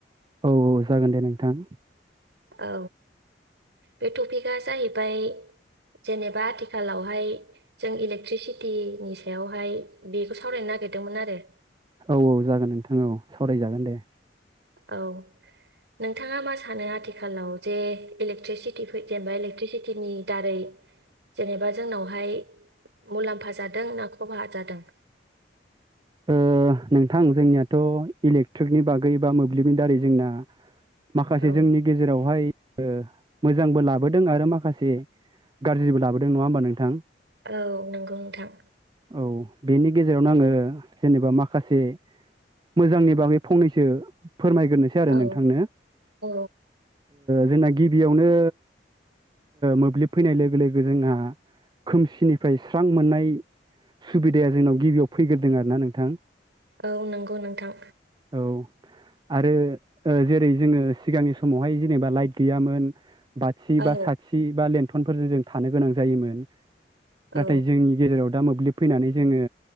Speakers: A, on the right (about 25°); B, on the right (about 75°).
A: औ औ जागोन दे नोंथां।
B: औ बे टपिकआ जाहैबाय जेनेबा आथिखालाव बेावहाय जों इलेकट्रिसिटिनि सायावहाय बेखौ सावरायनो नागिरदोंमोन आरो
A: औ औ जागोन नोंथां औ सावरायजागोन दे
B: औ नोंथाङा मा सानो आथिखालाव जे इलेक्ट्रिसिटि जेनेबा इलेक्ट्रिसिटिनि दारै जेनेबा जोंनावहाय मुलाम्फा जादों ना खहा जादों
A: ओ नोंथां जोंनियाथ' इलेक्ट्रिकनि बागै बा मोब्लिबनि दारै जोंना माखासे
B: औ
A: जोंनि गेजेरावहाय मोजांबो लाबोदों आरो माखासे गाज्रिबो लाबोदों नङा होमबा नोंथां
B: औ नंगौ नोंथां
A: औ बेनि गेजेरावनो आङो जेनेबा माखासे माखासे मोजांनि बागै फंनैसो फोरमायग्रोनोसै आरो
B: औ
A: नोंथांनो
B: औ
A: जोंना गिबियावनो मोब्लिब फैनाय लोगो लोगो जोंहा खोमसिनिफ्राय स्रां मोननाय सुबिदाया जोंनाव गिबियाव फैग्रोदों आरोना नोंथां
B: औ नंगौ नोंथां
A: औ आरो जेरै जोङो सिगांनि समावहाय जेनेबा लाइट गैयामोन बाथिसि
B: औ
A: बा साथि बा लेन्थनफोरजों जों थानो गोनां जायोमोन
B: औ
A: नाथाय जोंनि गेजेराव दा मोब्लिब फैनानै जोङो